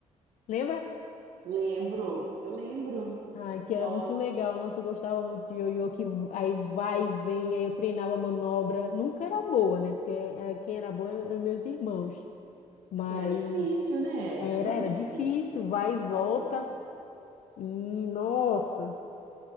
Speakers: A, on the left; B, on the right.
A: lembra?
B: Lembro, eu lembro.
A: Ai, que era
B: Nossa,
A: muito legal. Nossa, eu gostava muito de ioiô, que aí vai e vem, aí eu treinava manobra. Nunca era boa, né? Porque eh, quem era boa eram meus irmãos. Mas
B: porque era difícil, né?
A: era,
B: Era muito
A: era
B: difícil.
A: difícil, vai e volta.
B: É.
A: E, nossa,